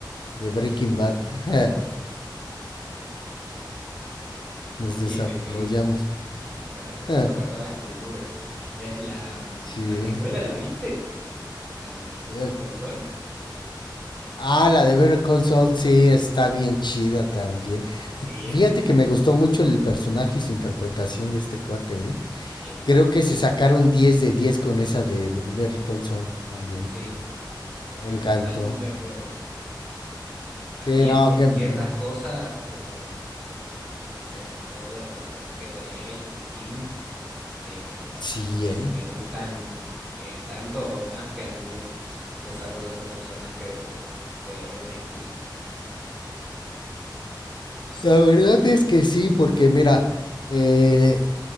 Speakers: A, on the left; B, in the centre.
A: de Breaking Bad. <laughs> Nos desarrollamos.
B: Y es que sí, <laughs> sea, to-
A: <laughs>
B: Toca todas las culturas. Le- La,
A: sí.
B: la precuela, ¿la viste? La de Better
A: Eh,
B: Call Saul.
A: Ah, la de Better Call Saul, sí, está bien chida también.
B: Sí, es,
A: Fíjate que me gustó mucho el personaje y su interpretación de este cuate, ¿eh?
B: es que es muy
A: Creo
B: bueno.
A: que se sacaron 10 de 10 con esa de Better Call Saul también.
B: Sí, estoy
A: Me encantó.
B: totalmente de acuerdo. A
A: Sí,
B: mí
A: no,
B: en, en
A: que...
B: ciertas
A: mm,
B: cosas, como, no sé, el desarrollo de personaje de él, de Kim, eh,
A: Sí,
B: me,
A: ¿eh?
B: me gustan eh, tanto o más que algunos desarrollos de personaje de, de Breaking Bad.
A: La verdad es que sí, porque mira, eh,